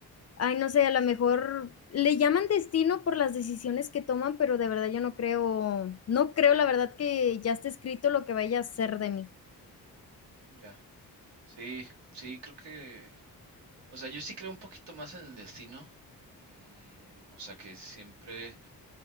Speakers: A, on the left; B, on the right.
A: ay, no sé, a lo mejor le llaman destino por las decisiones que toman, pero de verdad yo no creo, no creo la verdad que ya esté escrito lo que vaya a ser de mí.
B: Ya, sí, sí, creo que, o sea, yo sí creo un poquito más en el destino. Mm, o sea, que siempre,